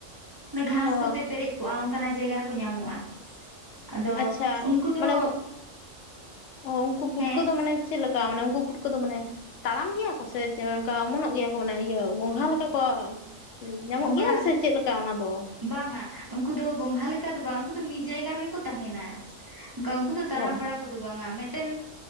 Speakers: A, on the right (about 25°); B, on the left (about 70°).
A: ᱜᱷᱟᱥ
B: ᱚ
A: ᱠᱚᱛᱮ ᱯᱮᱨᱮᱡ ᱠᱚᱜᱼᱟ ᱡᱟᱭᱜᱟ ᱨᱮᱠᱚ ᱧᱟᱢᱚᱜᱼᱟ ᱟᱫᱚ
B: ᱟᱪᱪᱷᱟ
A: ᱩᱱᱠᱩ ᱫᱚ
B: ᱢᱟᱱᱮ ᱚ ᱩᱱᱠᱩ ᱯᱩᱴᱠᱟᱹ
A: ᱦᱮᱸ
B: ᱫᱚ ᱢᱟᱱᱮ ᱪᱮ ᱠᱟ ᱢᱟᱱᱮ ᱩᱱᱠᱩ ᱯᱩᱴ ᱠᱚᱫᱚ ᱢᱟᱱᱮ ᱛᱟᱲᱟᱢ ᱜᱮᱭᱟ ᱠᱚ ᱥᱮ ᱚᱱᱠᱟ ᱚᱢᱚᱱᱚᱜ ᱜᱮᱭᱟ ᱠᱚ ᱢᱟᱱᱮ ᱤᱭᱟᱹ ᱜᱚᱝᱜᱷᱟ ᱞᱮᱠᱟ ᱠᱚ ᱧᱟᱢᱚᱜ
A: ᱚᱱᱠᱟ
B: ᱜᱮᱭᱟ ᱥᱮ ᱪᱮᱫ ᱞᱮᱠᱟ ᱚᱱᱟ ᱫᱚ
A: ᱵᱟᱝᱟ ᱩᱱᱠᱩ ᱫᱚ ᱜᱚᱝᱜᱷᱟ ᱞᱮᱠᱟ ᱪᱠᱟ ᱫᱚ ᱵᱟᱝ ᱩᱱᱠᱩ ᱫᱚ ᱢᱤᱫ ᱡᱟᱭᱜᱟ ᱨᱮᱜᱮ ᱠᱚ ᱛᱟᱦᱮᱸᱱᱟ ᱩᱱᱠᱩ ᱫᱚ ᱛᱟᱲᱟᱢ
B: ᱚ
A: ᱵᱟᱲᱟ ᱠᱚᱫᱚ ᱵᱟᱝᱟ ᱢᱤᱫ ᱢᱤᱫᱴᱮᱱ